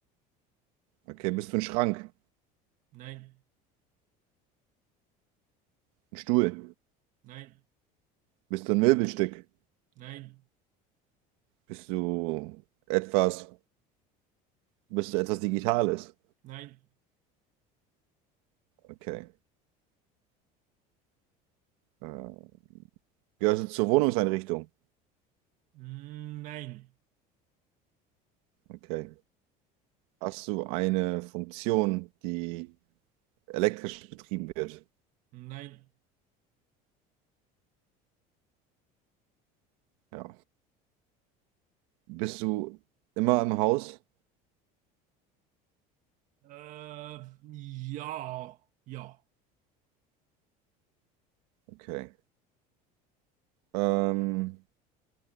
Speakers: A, on the right; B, on the right.
A: Okay. Bist du ein Schrank?
B: Nein,
A: Ein Stuhl?
B: nein,
A: Bist du ein Möbelstück?
B: nein,
A: Bist du etwas. Bist du etwas Digitales?
B: nein,
A: Okay. Äh, gehörst du zur Wohnungseinrichtung?
B: mm, nein,
A: Okay. Hast du eine Funktion, die elektrisch betrieben wird?
B: nein.
A: Ja. Bist du immer im Haus?
B: Äh, ja, ja,
A: Okay. Ähm,